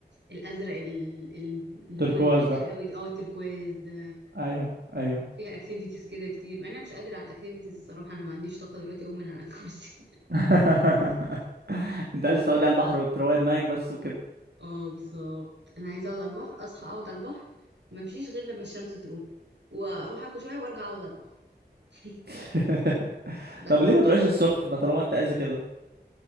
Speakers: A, on the right (about 80°); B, on the right (about 65°).
A: الازرق ال- ال- اللي
B: تركواز
A: هو الفاتح
B: ده
A: قوي ده اه التركواز ده
B: ايوه ايوه
A: فيها اكتيفيتيز كده كتير انا مش قادره على الاكتيفيتيز الصراحه انا ما عنديش طاقه دلوقتي اقوم من على الكرسي
B: <laughs> انت عايز تقعد على البحر وتروق دماغك بس وكده
A: <laughs> اه بالظبط انا عايزه اقعد على البحر اصحى اقعد على البحر ما امشيش غير لما الشمس تروح واروح اكل شويه وارجع اقعد على البحر <laughs>
B: <laughs>
A: بس
B: طب ليه ما تروحش السخنة طالما انت عايزة كده